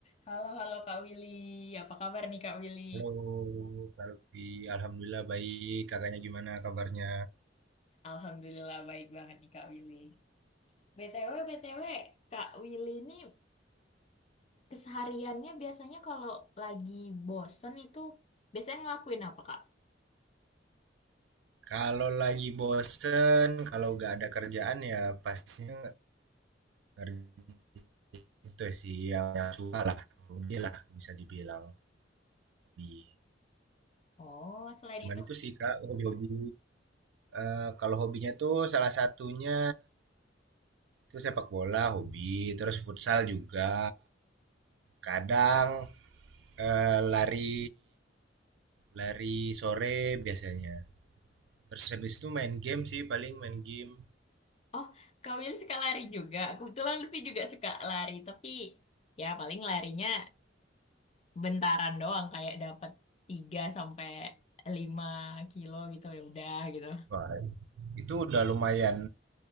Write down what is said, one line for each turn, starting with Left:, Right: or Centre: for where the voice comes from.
Left: Halo, halo Kak Willy. Apa kabar nih Kak Willy?
Right: Halo, Kalvi. Alhamdulillah baik. Kakaknya gimana kabarnya?
Left: Alhamdulillah baik banget nih Kak Willy. BTW, BTW, Kak Willy ini kesehariannya biasanya kalau lagi bosen itu biasanya ngelakuin apa Kak?
Right: Kalau lagi bosen, kalau nggak ada kerjaan ya pastinya ngerjain itu sih yang, yang suka lah. Hobi lah bisa dibilang hobi.
Left: Oh, selain
Right: Cuman
Left: itu,
Right: itu sih Kak, hobi-hobi. Eh, kalau hobinya tuh salah satunya tuh sepak bola hobi, terus futsal juga. Kadang eh, lari lari sore biasanya. terus habis itu main game sih paling main game
Left: oh Kak Willy suka lari juga. Kebetulan Lutfi juga suka lari, tapi ya paling larinya bentaran doang kayak dapat tiga sampai lima kilo gitu ya udah gitu.
Right: Wah, itu udah lumayan